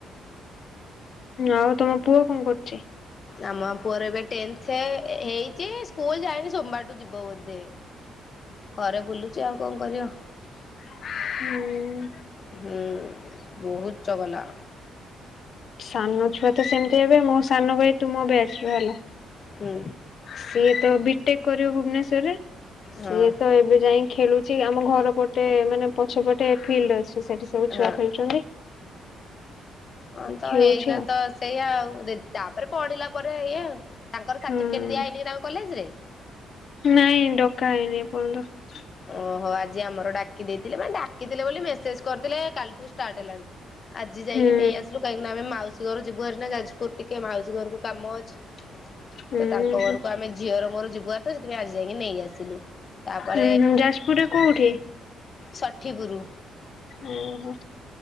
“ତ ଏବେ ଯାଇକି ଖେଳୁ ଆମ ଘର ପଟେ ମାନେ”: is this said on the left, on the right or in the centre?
Left